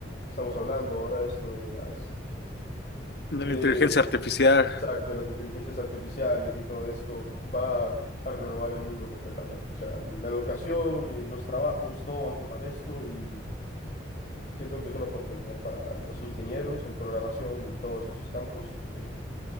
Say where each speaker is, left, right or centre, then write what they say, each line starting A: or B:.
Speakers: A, on the left; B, on the left.
A: estamos hablando ahora, esto de las
B: De
A: Eh,
B: la inteligencia artificial.
A: exacto, de las inteligencias artificiales y todo esto va a renovar el mundo completamente. O sea, la educación, y los trabajos, todo va a ocupar esto y siento que es una oportunidad para los ingenieros en programación y en todos esos campos que eh,